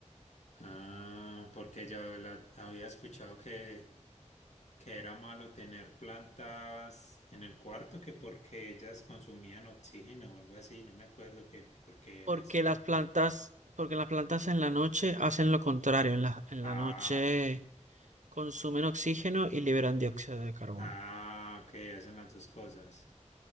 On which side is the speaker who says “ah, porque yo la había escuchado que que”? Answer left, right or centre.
Left